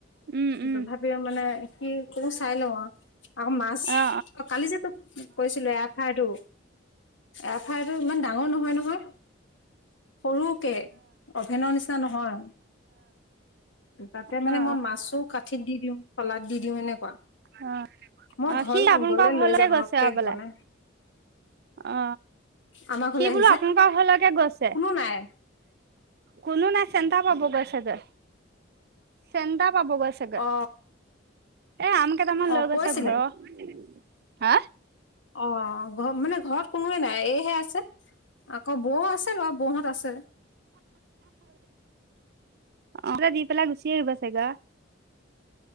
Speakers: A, on the right (about 55°); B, on the left (about 75°).
A: উম উম।
B: তথাপিও মানে কি কৰো চাই লওঁ আকৌ মাছ।
A: অ
B: অঁ কালি যে তোক কৈছিলোঁ, এফাইটো। এফ আই আৰটো ইমান ডাঙৰ নহয় নহয়। সৰুকে অভেনৰ নিচিনা নহয়। তাতে
A: অ
B: মানে
A: অ
B: মই মাছো কাঠিত দি দিওঁ। শলাত দি দিওঁ এনেকুৱা
A: অ।
B: মই
A: অ
B: ঘৰ
A: সি আপোনালোকৰ
B: গলে
A: ঘৰলৈ
B: লৈ যাম
A: গৈছে
B: ৰ কেক
A: হবলা
B: বনাই
A: অ।
B: আমাৰ ঘৰলে
A: সি
B: আহিছে
A: বোলো আপোনালোকৰ ঘৰলৈকে গৈছে।
B: কোনো নাই
A: কোনো নাই চেন্টাৰ পাব গৈছে যে, চেন্টাৰ পাব গৈ চাগে।
B: অ।
A: এ আম কেইটামান লৈ
B: অ
A: গৈছে
B: কৈছিলে
A: ঘৰৰ, হা।
B: অ ঘৰত মানে ঘৰত কোনোৱে নাই এইহে আছে। আকৌ বৌ আছে বাৰু বৌহঁত আছে।
A: অ দি পেলায় গুছিয়ে আহিবা চাগে।